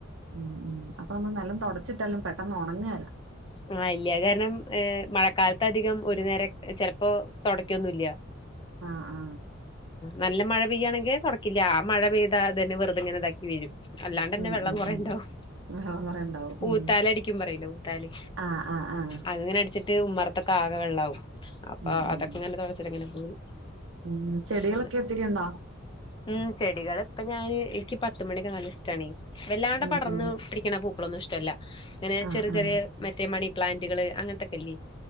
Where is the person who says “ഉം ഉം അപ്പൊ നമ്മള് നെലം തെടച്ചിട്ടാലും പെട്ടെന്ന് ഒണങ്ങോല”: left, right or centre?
Right